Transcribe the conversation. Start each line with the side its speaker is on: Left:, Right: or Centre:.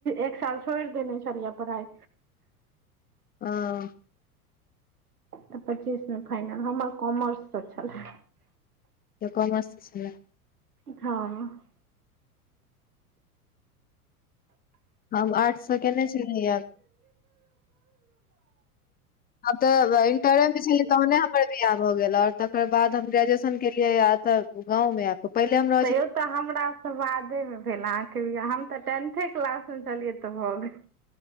Right: एक साल छोड़ि देने छलियै पढ़ाइ।
Left: हाँ।
Right: तऽ पच्चीस मे फाइनल हमर कॉमर्स सँ छलेह।
Left: त कॉमर्स छलेह
Right: हँ।
Left: हम आर्ट स केने छलिहा। ह तऽ इटरेय में छेलिइ तहने हम। हमर बिआह भ गेल आऔर तकर बाद हम ग्रेजुएशन केेलिय एत गाँंव मे आब पहिले हमरा।
Right: तैयो तऽ हमरा सँ बादे में भेल अहाँ के बिहा हम तऽ टेंथे क्लास मे छलियै तऽ भऽ गेल।